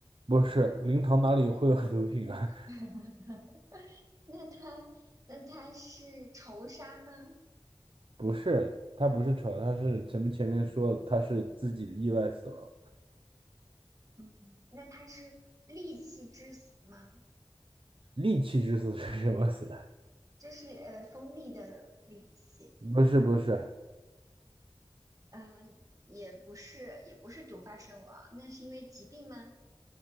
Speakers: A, on the right; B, on the right.
A: 不是，灵堂哪里会有毒品啊？
B: <laughs> 那他那他是仇杀吗？
A: <laughs> 不是，他不是扯，他是咱们前面说了，他是自己的意外死亡，
B: 嗯，那他是戾气致死吗？
A: 利器之死是什么死？
B: 这是呃锋利的利器，
A: <laughs> 不是，不是。
B: 嗯、也不是也不是毒发身亡，那是因为疾病吗？